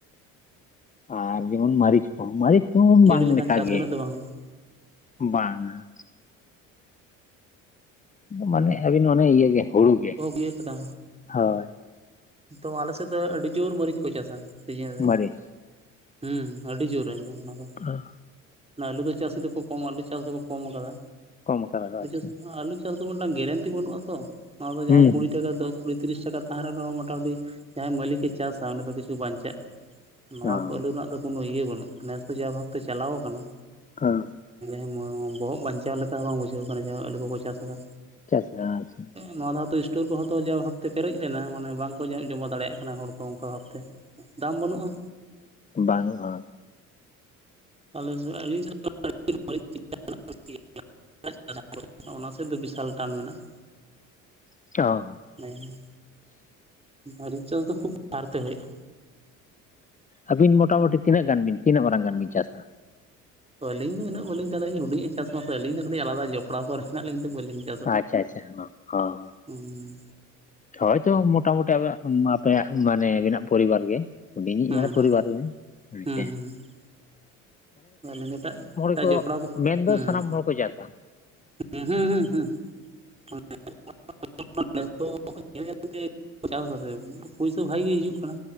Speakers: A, on the left; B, on the right.
A: ᱟᱨ ᱡᱮᱢᱚᱱ ᱢᱟᱹᱨᱤᱪ ᱠᱚᱦᱚᱸ, ᱢᱟᱹᱨᱤᱪ ᱠᱚᱦᱚᱸ ᱵᱟᱝ
B: ᱡᱟᱹᱲᱤ ᱞᱮᱠᱷᱟᱱ
A: ᱞᱮᱠᱟ
B: ᱪᱟᱥ
A: ᱜᱮ᱾
B: ᱫᱚ ᱩᱱᱟᱹᱜ ᱫᱚ ᱵᱟᱝ ᱦᱩᱭᱩᱜᱼᱟ
A: ᱵᱟᱝᱼᱟ ᱾ ᱢᱟᱱᱮ ᱟᱹᱵᱤᱱ ᱚᱱᱮ ᱤᱭᱟᱹ ᱜᱮ, ᱦᱳᱲᱩ ᱜᱮ,
B: ᱮᱦᱚᱵ ᱤᱭᱟᱹ ᱠᱟᱫᱟ
A: ᱦᱳᱭ ᱾
B: ᱛᱚ ᱟᱞᱮ ᱥᱮᱫ ᱫᱚ, ᱟᱹᱰᱤ ᱡᱳᱨ ᱢᱟᱹᱨᱤᱪ ᱠᱚ ᱪᱟᱥᱟ ᱥᱤᱡᱤᱱ ᱨᱮ
A: ᱢᱟᱹᱨᱤᱪ
B: ᱾ ᱦᱩᱸ ᱟᱹᱰᱤ ᱡᱳᱨ ᱮᱠᱫᱚᱢ ᱚᱱᱟ ᱫᱚ ᱾
A: ᱟ
B: ᱟᱹᱞᱩ ᱫᱚ ᱪᱟᱹᱥᱤ ᱫᱚᱠᱚ, ᱠᱚᱢ ᱟᱹᱞᱩ ᱪᱟᱥ ᱫᱚᱠᱚ ᱠᱚᱢ ᱠᱟᱫᱟ
A: ᱠᱚᱢ ᱠᱟᱫᱟ ᱠᱚ
B: ᱾ᱟᱹᱞᱩ
A: ᱟᱪᱪᱷᱟ
B: ᱪᱟᱹᱥᱤ ᱟᱹᱞᱩ ᱪᱟᱥ ᱫᱚ ᱢᱤᱫᱴᱟᱝ ᱜᱮᱨᱮᱱᱴᱤ ᱵᱟᱹᱱᱩᱜᱼᱟ ᱛᱚ, ᱱᱚᱣᱟ ᱫᱚ
A: ᱦᱩᱸ
B: ᱡᱟᱦᱟᱸᱭ ᱠᱩᱲᱤ
A: ᱦᱩᱸ
B: ᱴᱟᱠᱟ ᱫᱚ ᱠᱩᱲᱤ ᱛᱤᱨᱤᱥ ᱴᱟᱠᱟ ᱛᱟᱦᱮᱱ ᱨᱮᱦᱚᱸ ᱢᱚᱴᱟᱢᱩᱴᱤ ᱡᱟᱦᱟᱸᱭ ᱢᱟᱹᱞᱤᱠ ᱮ ᱪᱟᱥᱼᱟ, ᱩᱱᱤ ᱫᱚ ᱠᱤᱪᱷᱩ ᱵᱟᱧᱪᱟᱜᱼᱟᱭ ᱱᱚᱣᱟ
A: ᱦᱮᱸ
B: ᱠᱚ ᱟᱹᱞᱩ ᱨᱮᱱᱟᱜ ᱫᱚ ᱠᱳᱱᱳ ᱤᱭᱟᱹ ᱵᱟᱹᱱᱩᱜᱼᱟ, ᱱᱮᱥ ᱫᱚ ᱡᱟ ᱵᱷᱟᱵᱛᱮ ᱪᱟᱞᱟᱣ ᱠᱟᱱᱟ᱾
A: ᱦᱮᱸ
B: ᱮᱸ ᱵᱚᱦᱚᱜ ᱵᱟᱧᱪᱟᱣ ᱞᱮᱠᱟ ᱦᱚᱸ ᱵᱟᱝ ᱵᱩᱡᱷᱟᱹᱣ ᱠᱟᱱᱟ, ᱡᱟᱦᱟᱭ ᱟᱞᱩ ᱠᱚ ᱠᱚ ᱪᱟᱥ ᱠᱟᱫᱟ᱾
A: ᱪᱟᱥ ᱠᱟᱜᱼᱟ ᱟᱪᱪᱷᱟ᱾
B: ᱱᱟᱣᱟ ᱫᱷᱟᱣ ᱛᱚ ᱮᱥᱴᱳᱨ ᱠᱚ ᱦᱚᱸᱛᱚ ᱡᱟ ᱵᱷᱟᱵ ᱛᱮ ᱯᱮᱨᱮᱡ ᱞᱮᱱᱟ, ᱢᱟᱱᱮ ᱵᱟᱝ ᱠᱚ ᱡᱚᱢᱟ ᱫᱟᱲᱮ ᱭᱟᱜ ᱠᱟᱱᱟ ᱦᱚᱲ ᱠᱚ᱾ ᱚᱝᱠᱟ ᱵᱷᱟᱵ ᱛᱮ ᱫᱟᱢ ᱵᱟᱹᱱᱩᱜᱼᱟ᱾
A: ᱵᱟᱹᱱᱩᱜ ᱟ᱾
B: ᱟᱞᱤᱧ ᱦᱚᱸ ᱟᱹᱞᱤᱧ <unintelligible> <unintelligible> <unintelligible> <unintelligible> <unintelligible> ᱵᱤᱥᱟᱞ ᱴᱟᱱ ᱢᱮᱱᱟᱜᱼᱟ᱾
A: <unintelligible> <unintelligible>
B: <unintelligible> ᱞᱟᱹᱭᱢᱮ᱾ ᱢᱟᱹᱨᱤᱡ ᱪᱟᱥ ᱫᱚ ᱠᱷᱩᱵ ᱵᱟᱨ ᱛᱮ ᱦᱳᱭᱳᱜᱼᱟ᱾
A: ᱟᱹᱵᱤᱱ ᱢᱚᱴᱟ ᱢᱩᱴᱤ ᱛᱤᱱᱟᱹᱜ ᱜᱟᱱ ᱵᱤᱱ, ᱛᱤᱱᱟᱹᱜ ᱢᱟᱨᱟᱝ ᱜᱟᱱ ᱵᱤᱱ ᱪᱟᱥᱼᱟ?
B: ᱟᱞᱤᱧ ᱫᱚ ᱩᱱᱟᱹᱜ ᱵᱟᱹᱞᱤᱧ, ᱦᱩᱰᱤᱧ ᱪᱟᱥ ᱵᱟᱥᱟ ᱟᱹᱞᱤᱧ ᱫᱚ ᱠᱟᱹᱴᱤᱡ ᱟᱞᱟᱫᱟ ᱡᱚᱯᱲᱟᱣ ᱠᱨᱮᱱᱟᱜ ᱞᱤᱧ ᱵᱟᱹᱞᱤᱧ ᱪᱟᱥᱟ᱾
A: ᱟᱪᱪᱷᱟ ᱟᱪᱪᱷᱟ ᱦᱚᱸ ᱦᱚᱸ᱾
B: ᱦᱩᱸ
A: ᱦᱳᱭ ᱛᱚ ᱢᱚᱴᱟ ᱢᱩᱴᱤ, ᱟᱵᱤᱱᱟᱜ ᱟᱯᱮᱭᱟᱜ ᱢᱟᱱᱮ, ᱟᱵᱤᱱᱟᱜ ᱯᱚᱨᱤᱵᱟᱨ ᱜᱮ᱾ ᱦᱩᱰᱤᱧᱤᱡ
B: ᱦᱩᱸ
A: ᱢᱟᱱᱮ ᱯᱚᱨᱤᱵᱟᱨ ᱜᱮ, ᱦᱮ
B: ᱦᱩᱸ
A: ᱥᱮ᱾
B: ᱦᱩᱸ ᱟᱹᱞᱤᱧ ᱩᱱᱟᱹᱜᱴᱟ,
A: ᱜᱮᱠᱚ
B: ᱡᱚᱯᱲᱟᱣ ᱠᱚ
A: ᱢᱮᱱᱫᱚ
B: ᱦᱩᱸ
A: ᱥᱟᱱᱟᱢ ᱦᱚᱲ ᱠᱚ ᱪᱟᱥᱟ
B: ᱦᱩᱸ ᱦᱩᱸ ᱦᱩᱸ ᱦᱩᱸ <unintelligible> <unintelligible> <unintelligible> <unintelligible> ᱯᱩᱭᱥᱟᱹ ᱵᱷᱟᱜ ᱜᱮ ᱦᱤᱡᱩᱜ ᱠᱟᱱᱟ,